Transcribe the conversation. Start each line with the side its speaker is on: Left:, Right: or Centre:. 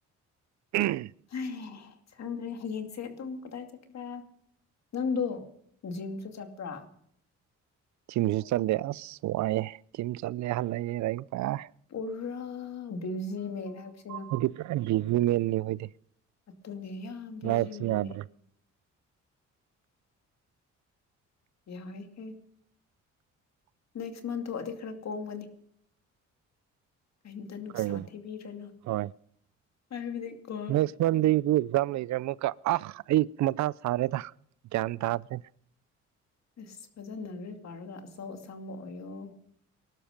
Right: <unintelligible>
Left: ꯍꯩ ꯈꯪꯗ꯭ꯔꯦ ꯍꯌꯦꯡꯁꯦ ꯑꯗꯨꯝ ꯀꯗꯥꯏ ꯆꯠꯀꯦꯔꯥ ꯅꯪꯗꯣ ꯖꯤꯝꯁꯨ ꯆꯞꯄ꯭ꯔꯥ
Right: ꯊꯤꯝꯁꯨ ꯆꯠꯂꯦ ꯑꯁ ꯋꯥꯏꯌꯦ ꯊꯤꯝ ꯆꯠꯂꯦ ꯍꯜꯂꯛꯑꯦ ꯂꯥꯏꯔꯤꯛ ꯄꯥꯏ-
Left: ꯄꯨꯔꯥ ꯕ꯭ꯌꯨꯖꯤꯃꯦꯟ ꯍꯥꯏꯕꯁꯨ
Right: ꯑꯩꯗꯤ ꯄꯨꯔꯥ ꯕꯤꯖꯤ ꯃꯦꯟꯅꯤ ꯑꯩꯈꯣꯏꯗꯤ
Left: ꯑꯇꯨꯅꯦ ꯌꯥꯝ ꯕꯤꯖꯤ
Right: ꯂꯥꯏꯐꯁꯤ
Left: ꯃꯦꯟꯅꯦ
Right: ꯌꯥꯗ꯭ꯔꯦ
Left: ꯌꯥꯏ ꯍꯦ ꯅꯦꯛꯁ ꯃꯟ ꯊꫭꯛꯑꯗꯤ ꯈꯔ ꯀꯣꯝꯒꯅꯤ ꯀꯩꯝꯇ ꯅꯨꯡꯁꯥ
Right: ꯀꯩ
Left: ꯊꯤꯕꯤꯔꯅꯨ
Right: ꯍꯣꯏ
Left: ꯍꯥꯏꯕꯗꯤ ꯀꯣ
Right: ꯅꯦꯛꯁ ꯃꯟꯗꯦꯗꯨ ꯑꯦꯛꯖꯝ ꯂꯩꯔꯦ ꯑꯃꯨꯀ ꯑ ꯑꯩ ꯃꯊꯥ ꯁꯥꯔꯦ ꯒꯌꯥꯟ ꯇꯥꯗ꯭ꯔꯦ
Left: ꯑꯁ ꯐꯖꯅ ꯂꯩꯔꯤꯛ ꯄꯥꯔꯒ ꯑꯆꯧ ꯑꯁꯥꯡꯕ ꯑꯣꯏꯌꯣ